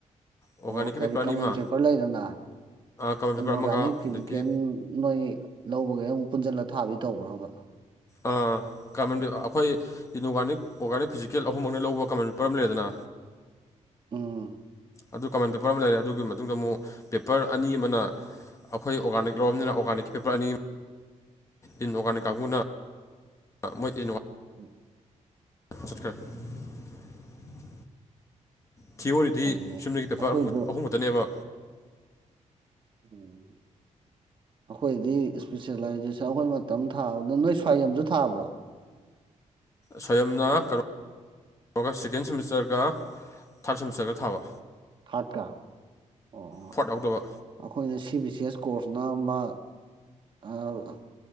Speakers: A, on the left; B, on the right.
A: ꯑꯣꯔꯒꯥꯅꯤꯛꯀꯤ
B: ꯑꯣ ꯀꯔꯤ
A: ꯄꯦꯄꯔ ꯑꯅꯤꯃ
B: ꯀꯃꯟ ꯆꯦꯄꯔ ꯂꯩꯗꯅ
A: ꯀꯃꯟ ꯄꯦꯄꯔ
B: ꯏꯟꯑꯣꯔꯒꯥꯅꯤꯛ
A: ꯑꯃꯒ
B: ꯐꯤꯖꯤꯀꯦꯜ
A: ꯑꯗꯒꯤ
B: ꯅꯣꯏ ꯂꯧꯕꯒꯩ ꯑꯃꯨꯛ ꯄꯨꯟꯁꯤꯜꯂ ꯊꯥꯕꯤ ꯇꯧꯕ꯭ꯔꯕ
A: ꯑꯥ ꯀꯃꯟꯕꯤ ꯑꯩꯈꯣꯏ ꯏꯟꯑꯣꯔꯒꯥꯅꯤꯛ ꯑꯣꯔꯒꯥꯅꯤꯛ ꯐꯤꯖꯤꯀꯦꯜ ꯑꯍꯨꯝꯃꯛꯅ ꯂꯧꯕ ꯀꯃꯟ ꯄꯦꯄꯔ ꯑꯃ ꯂꯩꯔꯦꯗꯅ
B: ꯎꯝ
A: ꯑꯗꯨ ꯀꯃꯟ ꯄꯦꯄꯔ ꯑꯃ ꯂꯩꯔꯦ ꯑꯗꯨꯒꯤ ꯃꯇꯨꯡꯗ ꯑꯃꯨꯛ ꯄꯦꯄꯔ ꯑꯅꯤ ꯑꯃꯅ ꯑꯩꯈꯣꯏ ꯑꯣꯔꯒꯥꯅꯤꯛ ꯂꯣꯝꯅꯤꯅ ꯑꯣꯔꯒꯥꯅꯤꯛ ꯄꯤꯄꯔ ꯑꯅꯤ ꯏꯟ ꯑꯣꯔꯒꯅꯤꯛ ꯀꯥꯡꯒꯨꯅ ꯃꯣꯏꯗꯤ <unintelligible>
B: <inaudible>
A: <unintelligible> ꯊꯤꯌꯣꯔꯤꯗꯤ
B: ꯐꯩꯅꯦ
A: ꯁꯨꯞꯅꯒꯤ
B: ꯑꯩꯈꯣꯏꯁꯨ
A: ꯄꯦꯔꯠ ꯑꯍꯨꯝ ꯈꯛꯇꯅꯦꯕ
B: ꯎꯝ ꯑꯩꯈꯣꯏꯗꯤ ꯏꯁꯄꯤꯁꯦꯂꯥꯏꯖꯦꯁ ꯑꯩꯈꯣꯏ ꯃꯇꯝ ꯊꯥꯕꯗ ꯅꯣꯏ ꯁ꯭ꯋꯥꯏꯌꯝꯁꯨ ꯊꯥꯕ꯭ꯔꯣ
A: ꯁ꯭ꯋꯥꯏꯌꯝꯅ ꯀ ꯑꯗꯨꯒ ꯁꯦꯀꯦꯟ ꯁꯦꯃꯤꯁꯇꯔꯒ ꯊꯥꯔꯠ ꯁꯦꯃꯤꯁꯇꯔꯒ ꯊꯥꯕ
B: ꯊꯥꯔꯠꯇ ꯑꯣ ꯑꯣ
A: ꯐꯣꯔꯠ ꯌꯥꯎꯗꯕ
B: ꯑꯩꯈꯣꯏꯅ C B C S course ꯅꯥꯃꯥ ꯑꯥ